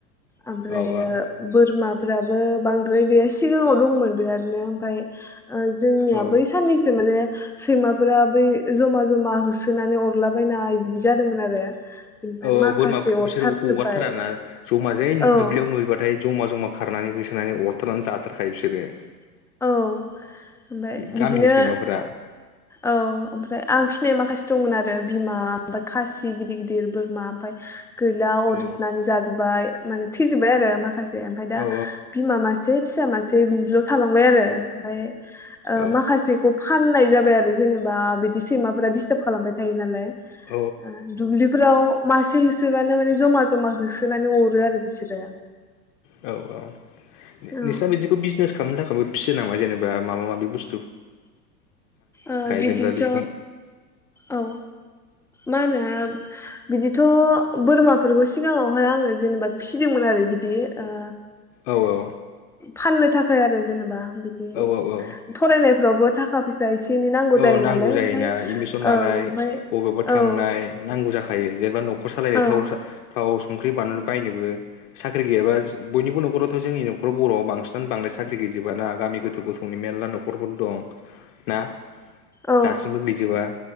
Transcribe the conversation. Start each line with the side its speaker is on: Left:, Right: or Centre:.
Centre: ओमफ्रायो
Left: औ औ
Centre: बोरमा फोराबो बांद्राय गैया सिगांङाव दंमोन बिरादनो ओमफ्राय ओं जोंनिया
Left: औ औ
Centre: बै। <unintelligible> सैमाफोरा बै जमा-जमा होसोनानै अरलाबायनाय बिदि जादोंमोन आरो। बिनिफ्राय
Left: औ औ
Centre: माखासे
Left: बोरमाफोरखौ
Centre: अरथारजोब्बाय
Left: बिसोरो हगारथारा ना जमा जै
Centre: औ
Left: दुब्लियाव नुयोबथाय जमा जमा। होखारनानै होसोनानै अरथारनानै जाथारखायो बिसोरो।
Centre: औ ओमफ्राय बिदिनो
Left: गामिनि सैमाफोरा
Centre: औ ओमफ्राय आं फिनाय माखासे दंमोन आरो बिमा ओमफ्राय खासि गिदिर गिदिर बोरमा ओमफ्राय गैला अरज्रिनानै
Left: औ
Centre: जाजोबबाय माने थैजोब्बाय आरो माखासे ओमफाय दा
Left: औ
Centre: बिमा मासे फिसा मासे बिदिल' थालांबाय आरो ओमफ्राय ओ
Left: औ
Centre: माखासेखौ फाननाय जाबाय आरो जेनेबा बिदि सैमाफोरा दिस्टार्ब खालामबाय थायो नालाय। ओ
Left: औ
Centre: दुब्लिफोराव मासे होसोबानो माने जमा जमा होसोनानै अरो आरो बिसोरो।
Left: औ औ
Centre: औ
Left: नोंस्रा बिदिखौ बिजनेस खाम खामनो थाखायबो फिसिनो हायो नों बा माबा माबि बुस
Centre: ओ बिदिथ'
Left: जेनेबा बेखौ
Centre: औ मा होनो बिदिथ' बोरमाफोरखौ सिगाङावहाय आङो जेनेबा फिसिदोंमोन आरो बिदि ओ
Left: औ औ।
Centre: फाननो थाखाय आरो जेनेबा बिदि
Left: औ औ औ।
Centre: फरायनायफ्रावबो थाखा फैसा एसे एनै नांगौ
Left: औ
Centre: जायो
Left: नांथां
Centre: नालाय
Left: जायोना
Centre: ओमफ्राय
Left: एडमिसन
Centre: औ
Left: लानाय
Centre: ओमफ्राय
Left: बबेबा
Centre: औ
Left: थांनाय
Centre: औ
Left: नांगौ जाखायो जेनेबा न'खर सालायनाय
Centre: औ
Left: थाव सा थाव संख्रि बानलु बायनोबो। साख्रि गैयाबा बयनिबो न'खराव जोंनि नख'राव बर'आव बांसिन बांदाय साख्रि गैजोबाना गामि गो गोथौ गोजौनि मेनला न'खरफोर दं ना?
Centre: औ
Left: दासिमबो गैजोबा